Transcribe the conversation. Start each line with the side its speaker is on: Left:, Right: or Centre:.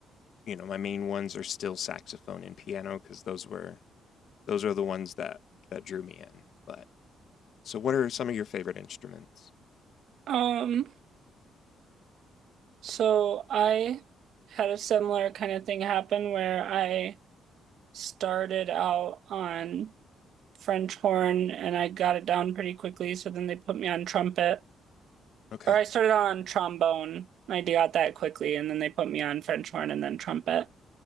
Left: you know, my main ones are still saxophone and piano because those were those are the ones that that drew me in. But so what are some of your favorite instruments?
Right: Um, So I had a similar kind of thing happen where I started out on French horn and I got it down pretty quickly. So then they put me on trumpet,
Left: Okay,
Right: or I started on trombone. I got that quickly, and then they put me on French horn and then trumpet,